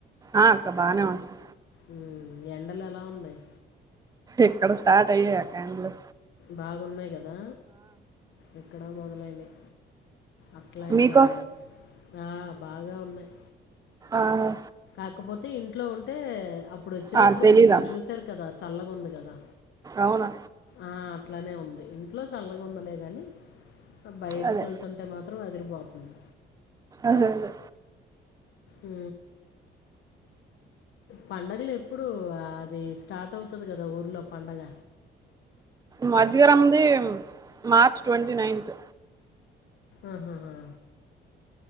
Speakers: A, on the right; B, on the left.
A: ఆ అక్క బానే ఉంటు
B: ఉ ఎండలు ఎలా ఉన్నాయి
A: ఎక్కడ స్టార్ట్ అయ్యాయి అకాండ్లు
B: బాగున్నాయి కదా ఎక్కడా మొదలైనాయి అట్లా ఇట్లా
A: మీకో
B: లేవు ఆ బాగా ఉన్నాయి
A: ఆహా
B: కాకపోతే ఇంట్లో ఉంటే అప్పుడు వచ్చినప్పుడు
A: ఆ తెలీదా
B: మీరు చూశారు కదా చల్లగా ఉంది కదా
A: అవునా
B: ఆ, అట్లానే ఉంది ఇంట్లో చల్లగా ఉండలే కానీ బయటికి
A: అదే
B: వెళ్తుంటే మాత్రం అది పోతుంది
A: అసలు
B: ఉ పండుగలు ఎప్పుడు అది స్టార్ట్ అవుతుంది కదా ఊర్లో పండగ
A: మజగరది మార్చ్ ట్వంటీ నైన్త్
B: ఆహాా